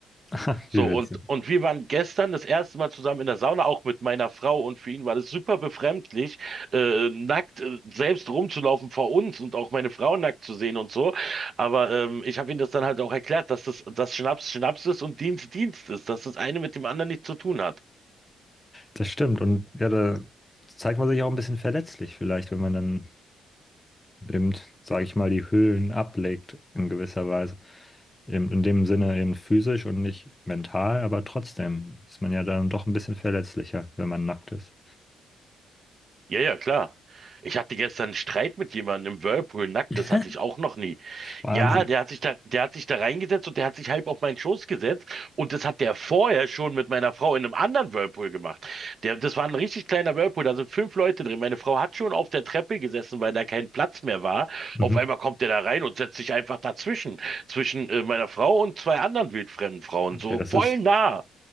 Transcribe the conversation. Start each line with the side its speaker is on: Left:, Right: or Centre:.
Left: <laughs>
Right: So,
Left: Wie
Right: und,
Left: witzig.
Right: und wir waren gestern das erste Mal zusammen in der Sauna, auch mit meiner Frau. Und für ihn war das super befremdlich, äh, nackt äh, selbst rumzulaufen vor uns und auch meine Frau nackt zu sehen und so. Aber ähm, ich habe ihm das dann halt auch erklärt, dass das dass Schnaps Schnaps ist und Dienst Dienst ist, dass das eine mit dem anderen nichts zu tun hat.
Left: Das stimmt. Und ja, da zeigt man sich auch ein bisschen verletzlich vielleicht, wenn man dann eben, sage ich mal, die Hüllen ablegt in gewisser Weise. Eben in dem Sinne eben physisch und nicht mental, aber trotzdem ist man ja dann doch ein bisschen verletzlicher, wenn man nackt ist.
Right: Ja, ja, klar. Ich hatte gestern einen Streit mit jemandem im Whirlpool nackt,
Left: <laughs>
Right: das hatte ich auch noch nie.
Left: Wahnsinn.
Right: Ja, der hat sich da, der hat sich da reingesetzt und der hat sich halb auf meinen Schoß gesetzt und das hat der vorher schon mit meiner Frau in einem anderen Whirlpool gemacht. Der, das war ein richtig kleiner Whirlpool, da sind fünf Leute drin. Meine Frau hat schon auf der Treppe gesessen, weil da kein Platz mehr war.
Left: Mhm.
Right: Auf einmal kommt der da rein und setzt sich einfach dazwischen, zwischen äh, meiner Frau und zwei anderen wildfremden Frauen,
Left: Okay,
Right: so
Left: das
Right: voll
Left: ist
Right: nah.